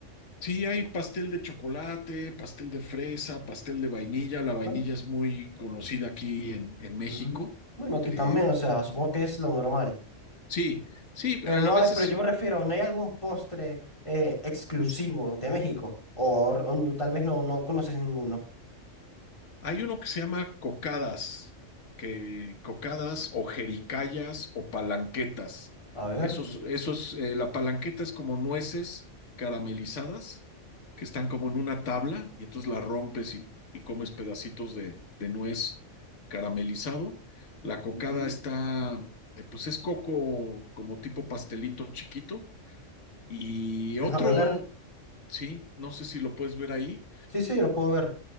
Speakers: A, on the left (about 70°); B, on the left (about 25°).
A: sí, hay pastel de chocolate, pastel de fresa, pastel de vainilla. La vainilla
B: Bueno,
A: es muy conocida aquí en, en México.
B: mm. Bueno, aquí
A: Eh,
B: también, o sea, supongo que es lo normal.
A: sí, sí,
B: Pero
A: a
B: no
A: veces
B: hay, pero yo me refiero, ¿no hay algún postre eh, exclusivo de México? O, o no- tal vez no, no conoces ninguno.
A: Hay uno que se llama cocadas, que cocadas o jericayas o palanquetas.
B: A ver,
A: Esos, esos, eh, la palanqueta es como nueces caramelizadas que están como en una tabla y entonces la rompes y, y comes pedacitos de, de nuez caramelizado. La cocada
B: mm,
A: está, eh, pues es coco como tipo pastelito chiquito. Y
B: déjame
A: otro,
B: ver.
A: sí, no sé si lo puedes ver ahí
B: Sí, sí, lo puedo ver.